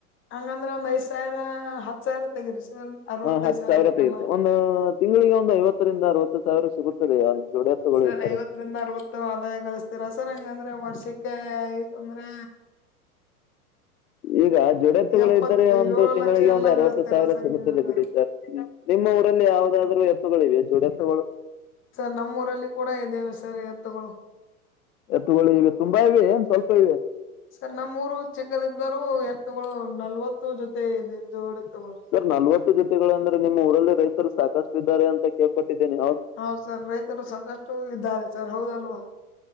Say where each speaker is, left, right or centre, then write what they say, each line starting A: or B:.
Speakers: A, on the left; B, on the left.
A: ಹಂಗಂದ್ರೆ ಒಂದ್ ಐದು ಸಾವಿರ ಹತ್ ಸಾವಿರ ತೆಗಿರಿ ಸ ಅರವತ್ತೈದ
B: ಹ ಹತ್ತು
A: ಸಾವಿರ ಉಳಿತಲ್ಲಾ
B: ತೆಗೆದು ತಿಂಗಳಿಗೆ ಒಂದು ಐವತ್ತರಿಂದ ಅರವತ್ತು ಸಾವಿರ ಸಿಗುತ್ತದೆ ಜೋಡೆತ್ತುಗಳು
A: ಸರ್
B: ಇದ್ದಾರೆ
A: ಐವತ್ತರಿಂದ ಅರವತ್ತು ಅದಾಯ ಗಳಿಸ್ತೀರ ಸರ್ ಹಂಗಂದ್ರೆ ವರ್ಷಕ್ಕೆ ಅಂದ್ರೆ
B: ಈಗ ಜುಡೆತ್ತುಗಳ
A: ಎಪ್ಪತ್ತು
B: ಇದರೆ ಒಂದು
A: ಏಳು
B: ತಿಂಗಳಿಗೆ
A: ಲಕ್ಷ ಎಲ್ಲಾ
B: ಒಂದು ಅರವತ್ತು
A: ಗಳಿಸ್ತೀರಾ
B: ಸಾವಿರ
A: ಸರ್
B: ಸಿಗುತ್ತದೆ
A: ನೀವೆಲ್ಲಾ
B: ಬಿಡಿ ಸರ್ ನಿಮ್ಮ ಊರಲ್ಲಿ ಯಾವುದಾದರೂ ಎತ್ತುಗಳಿವೆ ಜೋಡ ಎತ್ತುಗಳು
A: ಸರ್ ನಮ್ಮೂಊರಲ್ಲಿ ಕೂಡ ಇದ್ದೇವೆ ಸರ್ ಎತ್ತುಗಳು
B: ಎತ್ತುಗಳು ಇವೆ ತುಂಬಾ ಇವೆ ಏನ್ ಸ್ವಲ್ಪ ಇವೆ
A: ಸರ್ ನಮ್ಮೂರು ಚಿಕ್ಕದ ಇದಿದ್ದವರು ಎತ್ತಗಳು ನಲ್ವತ್ತು ಜೊತೆ ಇದ ಜೋಡತ್ತುಗಳು
B: ಸರ್ ನಲ್ವತ್ತು ಜೊತೆಗಳ ಅಂದ್ರೆ ನಿಮ್ಮ ಊರಲ್ಲಿ ರೈತರು ಸಾಕಷ್ಟು ಇದ್ದಾರೆ ಅಂತ ಕೇಳ್ಕೊಟ್ಟಿದ್ದೇನೆ
A: ಹೌದು ಸರ್ ರೈತರು ಸಾಕಷ್ಟು ಇದ್ದಾರೆ ಸರ್ ಹೌದಲ್ವಾ